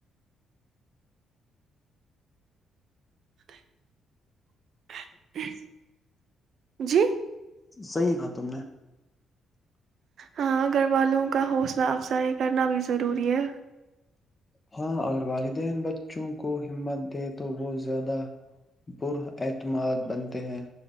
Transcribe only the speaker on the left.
صحیح کہ تم نے
ہاں اگر والدین بچوں کو ہمت دے تو وہ زیادہ بر اعتماد بنتے ہیں